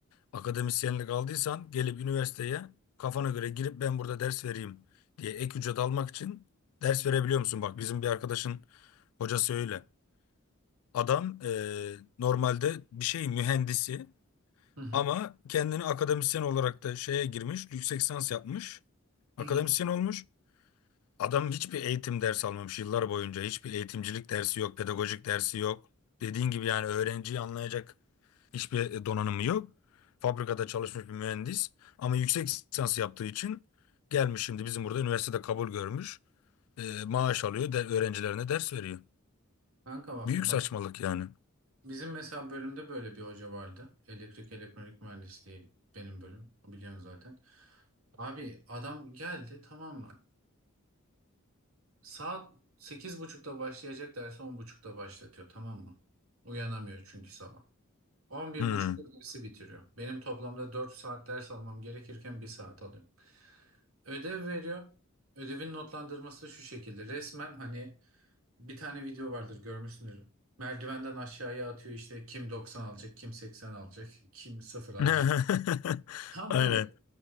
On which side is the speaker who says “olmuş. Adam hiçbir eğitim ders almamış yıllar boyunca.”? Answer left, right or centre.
Left